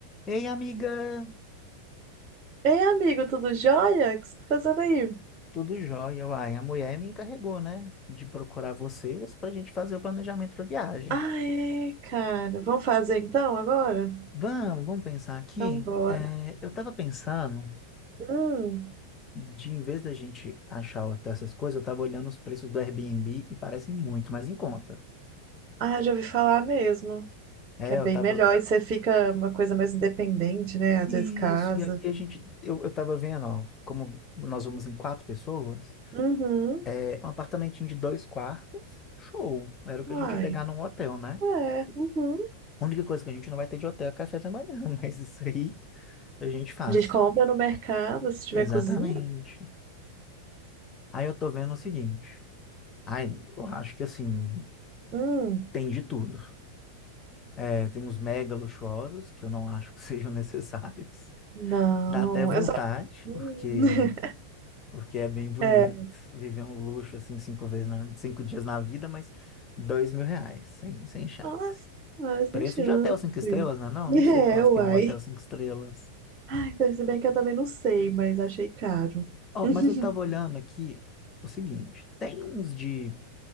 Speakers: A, on the left (about 25°); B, on the right (about 35°).
A: Ei, amiga,
B: Ei, amigo, tudo jóia? O que você tá fazendo aí?
A: tudo jóia? Uai, a mulher me encarregou, né, de procurar vocês para a gente fazer o planejamento da viagem.
B: Ah, é, cara. Vamos fazer então agora?
A: Vamos, vamos pensar aqui.
B: Então bora.
A: É, eu estava pensando,
B: Hum.
A: de em vez da gente achar até essas coisas, eu estava olhando os preços do Airbnb e parecem muito mais em conta.
B: Ah, já ouvi falar mesmo.
A: É,
B: Que é bem
A: eu estava.
B: melhor e você fica uma coisa mais independente, né? Às
A: Isso,
B: vezes casa.
A: e aí a gente. Eu, eu estava vendo, ó, como nós vamos em quatro pessoas,
B: Uhum.
A: é, um apartamentinho de dois quartos, show. Era o que
B: Uai.
A: a gente ia pegar num hotel, né?
B: É. Uhum.
A: A única coisa que a gente não vai ter de hotel é café da manhã, <laughs> mas isso aí a gente faz.
B: A gente compra no mercado se tiver
A: Exatamente.
B: cozinha.
A: Aí eu tô vendo o seguinte. Aí eu acho que assim,
B: Hum.
A: tem de tudo. É, tem os mega luxuosos, que eu não acho que <laughs> sejam necessários.
B: Não.
A: Dá até vontade,
B: Eu só. Hum.
A: porque,
B: <laughs>
A: porque é bem bonito
B: É.
A: viver um luxo assim cinco vezes na, cinco dias na vida, mas dois mil reais, sem, sem chance.
B: Nossa,
A: Preço
B: sem chance.
A: de hotel cinco estrelas, né? Não,
B: É,
A: não sei quanto
B: uai.
A: que é um hotel cinco estrelas.
B: Ai, então, se bem que eu também não sei, mas achei caro.
A: Ó,
B: <laughs>
A: mas eu tava olhando aqui o seguinte, tem uns de